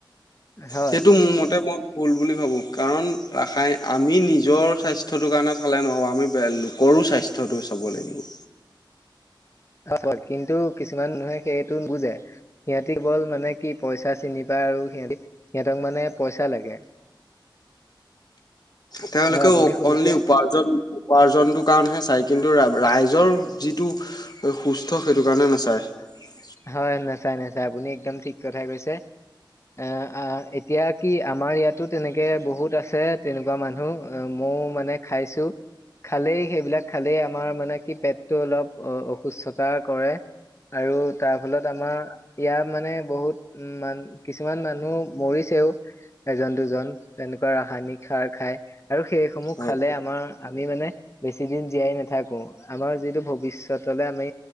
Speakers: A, on the left (about 35°); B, on the left (about 50°).
A: হয়
B: সেইটো মোৰ মতে মই ভুল বুলি ভাবোঁ কাৰণ ৰাসায়ন, আমি নিজৰ স্বাস্থ্যটোৰ কাৰণে চালে নহ'ব আমি বেলেগৰো স্বাস্থ্যটো চাব লাগিব।
A: অহ ', হয়। কিন্তু কিছুমান মানুহে সেইটো নু বুজে সিহঁতি ব'ল মানে কি পইচা চিনি পায় আৰু সিহতি সিহঁতক মানে পইচা লাগে।
B: তেওঁলোকে
A: হয় আপুনি শুনিছে?
B: অনলী উপাৰ্জন - উপাৰ্জনটোৰ কাৰণেহে চাই কিন্তু ৰাইজ। ৰ নিজৰ যিটো সুস্থ সেইটো কাৰণে নাচায়।
A: হয় নাচাই- নাচাই আপুনি একদম ঠিক কথাই কৈছে এ - আঁহ ', এতিয়া কি আমাৰ ইয়াতো তেনেকে বহুত আছে তেনেকুৱা মানুহ অহ ', ময়ও মানে খাইছো খালেই সেইবিলাক খালেই আমাৰ মানে কি পেটটো অলপ অসুস্থতা কৰে। আৰু তাৰ ফলত আমাৰ ইয়াৰ মানে বহুত উম ', মান কিছুমান মানুহ মৰিছেও এজন দুজন তেনেকুৱা ৰাসায়নিক সাৰ খায়। আৰু সেইসমূহ
B: হয়
A: খালে আমাৰ। আমি মানে বেছি দিন জীয়াই নাথাকো আমাৰ যিটো ভৱিষ্যতলৈ আমি